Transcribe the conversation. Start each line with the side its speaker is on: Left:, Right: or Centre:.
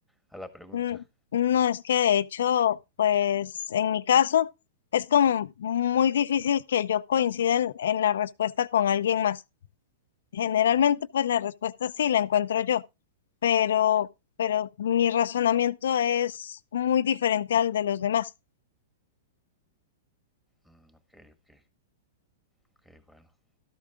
Centre: a la pregunta.
Left: mm, no es que de hecho, pues, en mi caso, es como muy difícil que yo coincida en en la respuesta con alguien más. Generalmente, pues la respuesta sí la encuentro yo, pero, pero mi razonamiento es muy diferente al de los demás.
Centre: Mm, ok, ok, ok, bueno. <laughs>